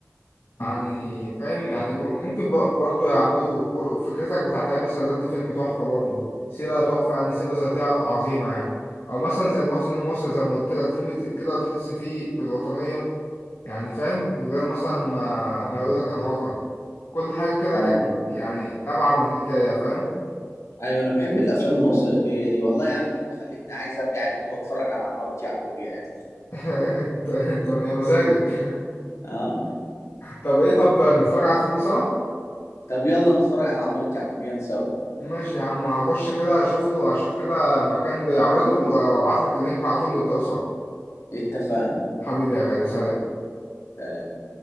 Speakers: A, on the left; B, on the left.
A: يعني فاهم يعني ممكن ب- برضو يعملوا بر- فكرتك بتاعت ايام السادات دي فيلم تحفة برضو سيرة تحفة يعني سيرة ذاتية عظيمة يعني او مثلا زي المواطن المصري زي ما قلت لك فيلم تقيل كده وتحس فيه بالوطنية يعني فاهم من غير مثلا ما ما يقول لك انا وطني كل حاجة كده
B: اه
A: كان يعني نابعة من الحكاية فاهم
B: ايوه انا بحب الافلام الوثائقيه دي والله يا عم انت خليتني عايز ارجع البيت واتفرج على عماره يعقوبيان
A: <laughs> انت انت يا مزاجك <laughs>
B: اه
A: طب ايه طب نتفرج على الفيلم سوا
B: طب يلا نتفرج على عماره يعقوبيان سوا
A: ماشي يا عم هخش كده اشوف له اشوف كده مكان بيعرضه وابعت لك اللينك على طول نبدأه سوا
B: اتفقنا
A: حبيبي يا غالي سلام
B: سلام